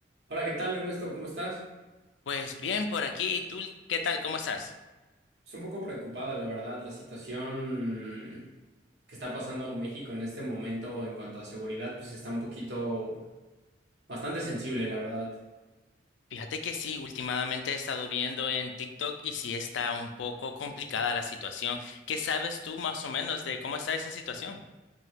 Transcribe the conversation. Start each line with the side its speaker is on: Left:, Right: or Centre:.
Right: Hola, ¿qué tal, Ernesto? ¿Cómo estás?
Left: Pues bien, por aquí. ¿Y tú qué tal? ¿Cómo estás?
Right: Estoy un poco preocupada, la verdad, la situación que está pasando México en este momento en cuanto a seguridad, pues está un poquito bastante sensible, la verdad.
Left: Fíjate que sí, últimamente he estado viendo en TikTok y sí está un poco complicada la situación. ¿Qué sabes tú más o menos de cómo está esa situación?